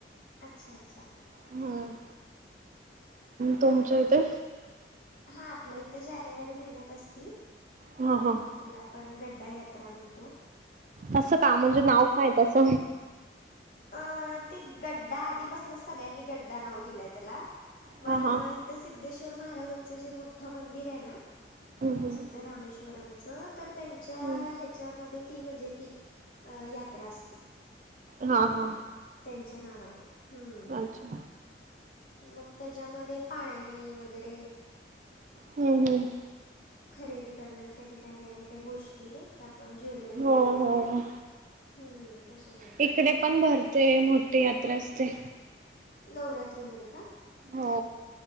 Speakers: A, on the left; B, on the right.
A: अच्छा अच्छा,
B: हम्म, तुमच्या इथे?
A: हा, आपल्या इथं जानेवारी महिन्यात असती.
B: हो हो,
A: त्याला आपण गड्डा यात्रा म्हणतो.
B: तस का म्हणजे नाव काय तस
A: अ, ते गड्डा आधी पासून सगळ्यांनी गड्डा नाव दिलंय. त्याला पण
B: हा हा
A: इथे सिद्धेश्वर महाराजाचं जे मोठ मंदिर आहे ना,
B: हम्म
A: सिद्धरामेश्वरांचं. तर त्यांच्या
B: हम्म
A: ह्याच्यामध्ये ती म्हणजे ती यात्रा असती.
B: हा हा,
A: त्याच्या नावाने हम,
B: अच्छा
A: मग त्याच्यामध्ये पाळणे वगैरे,
B: हम्म हम्म,
A: खरेदी करण्यासाठी काय- काय -काय, गोष्टी ते नाही का आपण ज्वेलरी वगैरे.
B: हो हो
A: हम्म, तशामध्ये
B: इकडे पण भरते, मोठी यात्रा असते.
A: नवरात्रीमध्ये का?
B: हो